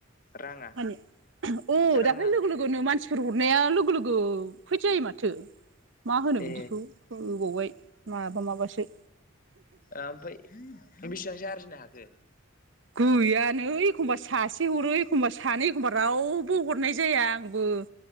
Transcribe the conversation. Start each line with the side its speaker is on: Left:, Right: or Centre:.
Left: राङा
Right: माने ओ
Left: राङा
Right: दाख्लै लोगो लोगोनो मानसिफोर हर नाया लोगो लोगो फैद जायो माथो। मा होनो
Left: ए
Right: बिदिखौ होबावबाय माबा माबासो।
Left: ओमफाय बिसिबांसो आरजिनो हाखो?
Right: गैयानो एखमबा सासे हरो एखमबा सानै एखमबा रावबो हरनाय जाया। आंबो